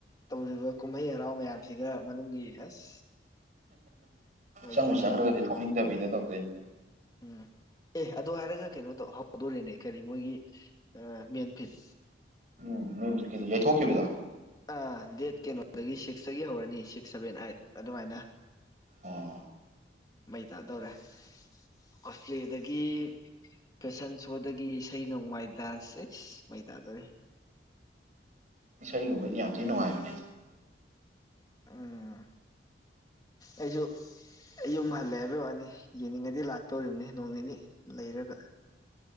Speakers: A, on the left (about 20°); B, on the right (about 40°).
A: ꯇꯧꯔꯤꯕ ꯀꯨꯝꯍꯩ ꯍꯔꯥꯎ ꯃꯌꯥꯝꯁꯤꯒ ꯃꯅꯨꯡꯒꯤ ꯑꯁ ꯃꯩ
B: ꯆꯪꯕꯨ
A: ꯆꯠꯇꯧꯔꯤꯅꯤ
B: ꯆꯪꯈ꯭ꯔꯒꯗꯤ ꯊꯣꯛꯅꯤꯡꯗꯕꯤꯗ ꯇꯧꯗꯣꯏꯅꯤ
A: ꯎꯝ ꯑꯦ ꯑꯗꯣ ꯍꯥꯏꯔꯒ ꯀꯩꯅꯣ ꯇꯧ ꯍꯧꯗꯣꯔꯦꯅꯦ ꯀꯔꯤ ꯃꯣꯏꯒꯤ ꯃꯦꯟ ꯐꯤꯠ
B: ꯎꯝ ꯃꯦꯟꯐꯤꯠꯀꯤꯗꯣ ꯌꯩꯊꯣꯛꯈꯤꯕꯗ
A: ꯑꯥ ꯗꯦꯠ ꯀꯩꯅꯣꯗꯒꯤ ꯁꯤꯛꯁꯇꯒꯤ ꯍꯧꯔꯅꯤ ꯁꯤꯛꯁ ꯁꯚꯦꯟ ꯑꯥꯏꯠ ꯑꯗꯨꯃꯥꯏꯅ
B: ꯑꯣ
A: ꯃꯩ ꯇꯥꯗꯧꯔꯦ <unintelligible> ꯗꯒꯤ ꯐꯦꯁꯟ ꯁꯣꯗꯒꯤ ꯏꯁꯩ ꯅꯣꯡꯃꯥꯏ ꯗꯥꯟꯁ ꯏꯁ ꯃꯩ ꯇꯥꯗꯨꯔꯦ
B: ꯏꯁꯩꯒꯨꯝꯕꯒꯤꯗꯤ ꯌꯥꯝ ꯊꯤꯅ ꯅꯨꯡꯉꯥꯏꯕꯅꯦ
A: ꯎꯝ ꯑꯩꯁꯨ ꯌꯨꯝ ꯍꯜꯂꯦ ꯍꯥꯏꯕꯩ ꯋꯥꯅꯤ ꯌꯦꯡꯅꯤꯡꯉꯗꯤ ꯂꯥꯛꯇꯧꯔꯤꯕꯅꯤ ꯅꯣꯡ ꯅꯤꯅꯤ ꯂꯩꯔꯒ